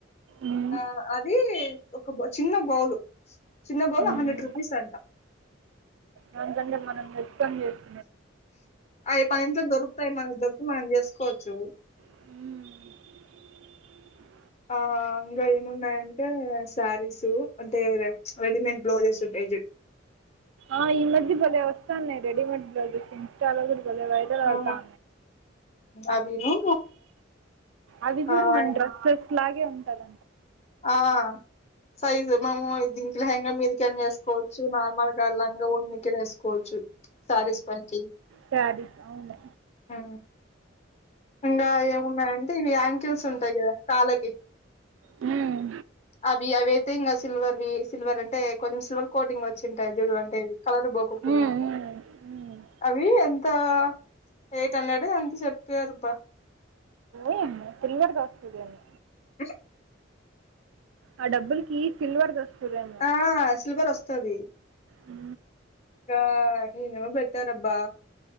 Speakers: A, on the right; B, on the left.
A: ఉమ్,
B: ఆ అది ఒక చిన్న బౌలు చిన్న బౌల్
A: ఉమ్.
B: హండ్రెడ్ రూపీస్ అంట
A: దానికంటే మనం తెచ్చుకొని చేసుకుంటే
B: అవి మన ఇంట్లో దొరుకుతాయి మనకి దొరికిండేవి మనం చేసుకోవచ్చు
A: ఉ
B: ఆ ఇంకా ఏమున్నాయంటే శారీస్ అంటే రెడీమేడ్ బ్లౌజెస్ ఉంటాయి జట్
A: ఆ ఈ మధ్య బలే వస్తానయ్ రెడీమేడ్ బ్లౌజస్ చాలా డిజైన్స్ వెరైటీగా లాగా
B: ఆ అవిను
A: అది కూడా
B: ఆ
A: మన డ్రెస్సెస్ అలాగే ఉంటది
B: ఆ సైజు మనము దీనికి లహెంగా మీదికైన వేసుకోవచ్చు నార్మల్ లంగా వోని మీదకి అయినా. వేసుకోవచ్చు శారీస్ పైకి
A: శారీస్ అవును
B: ఆ ఇంకా ఏమున్నాయంటే ఇవి యాంకిల్స్ ఉంటాయి కదా కాళ్ళకి
A: ఉమ్,
B: అవి అవి అయితే ఇంకా సిల్వర్ వి సిల్వర్ అంటే కొంచెం సిల్వర్ కోటింగ్ ఉంటాయి చూడు అంటే కలరు బోకోకుండా
A: ఉమ్, ఉమ్, ఉమ్.
B: అవి అంతా ఎయిట్ హండ్రెడ్ ఎంత చెప్పరుబ్బా
A: ఏమో సిల్వర్ వస్తదేమో
B: అ
A: ఆ డబ్బుల కి సిల్వర్ వస్తదేమో
B: ఆ సిల్వర్ వస్తుది
A: ఉ
B: కా ఏమో పెట్టారబ్బా